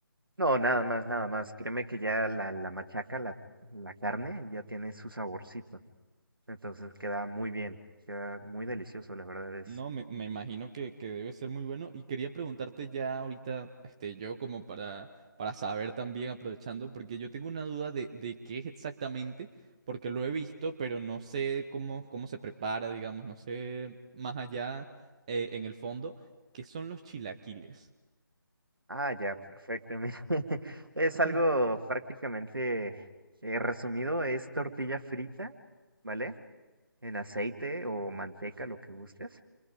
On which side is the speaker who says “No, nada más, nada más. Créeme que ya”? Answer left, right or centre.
Right